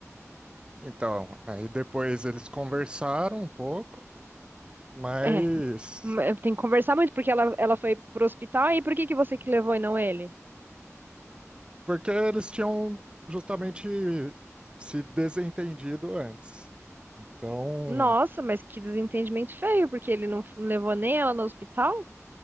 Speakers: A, on the right; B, on the right.
A: Então, aí depois eles conversaram um pouco, mas
B: É, m- tem que conversar muito, porque ela, ela foi pro hospital, e por que que você que levou e não ele?
A: porque eles tinham justamente se desentendido antes. Então,
B: Nossa, mas que desentendimento feio, porque ele não f- não levou nem ela no hospital?